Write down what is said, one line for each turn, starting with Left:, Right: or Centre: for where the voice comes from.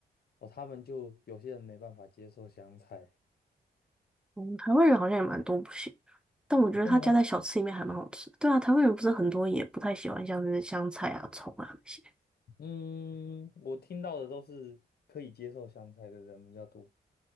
Left: 哦，他们就有些人没办法接受香菜，
Centre: 嗯，台湾人好像也蛮多不行，但我觉得他加在小吃里面还蛮好吃。
Left: 真的吗？
Centre: 对啊，台湾人不是很多也不太喜欢像是香菜啊、葱啊那些。
Left: 嗯，我听到的都是可以接受香菜的人比较多。